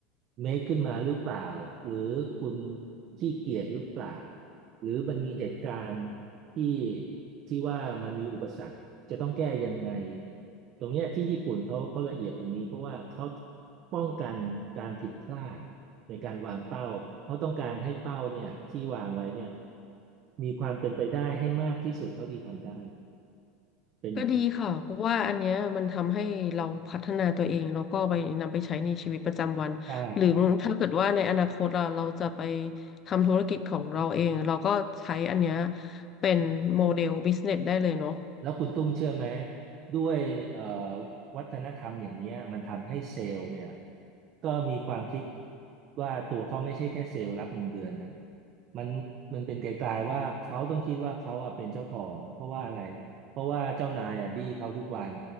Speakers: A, on the right; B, on the left.
A: เมคขึ้นมาหรือเปล่าหรือคุณขี้เกียจหรือเปล่าหรือมันมีเหตุการณ์ที่ที่ว่ามันมีอุปสรรคจะต้องแก้ยังไงตรงเนี้ยที่ญี่ปุ่นเขาเขาละเอียดตรงนี้เพราะว่าเขาป้องกันการผิดพลาดในการวางเป้าเขาต้องการให้เป้าเนี่ยที่วางไว้เนี่ยมีความเป็นไปได้ให้มากที่สุดเท่าที่ทำได้เป็นอย่างนั้น
B: ก็ดีค่ะเพราะว่าอันเนี้ยมันทำให้เราพัฒนาตัวเองแล้วก็ไปนำไปใช้ในชีวิตประจำวัน
A: ใช่
B: หรือถ้าเกิดว่าในอนาคตเราเราจะไปทำธุรกิจของเราเองเราก็ใช้อันเนี้ยเป็นโมเดลบิสเนสได้เลยเนาะ
A: แล้วคุณตุ้มเชื่อไหมด้วยเอ่อวัฒนธรรมอย่างเนี้ยมันทำให้เซลล์เนี่ยก็มีความคิดว่าตัวเขาไม่ใช่แค่เซลล์รับเงินเดือนนะมันมันเป็นไกลๆว่าเขาต้องคิดว่าเขาอะเป็นเจ้าของเพราะว่าอะไรเพราะว่าเจ้านายอะบี้เขาทุกวัน